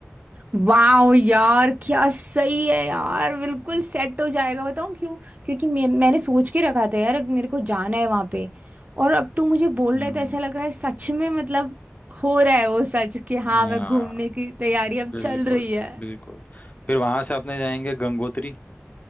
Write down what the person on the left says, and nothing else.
हम्म
हम्म,
हाँ
बिल्कुल
बिल्कुल फिर वहां से अपने जाएंगे गंगोत्री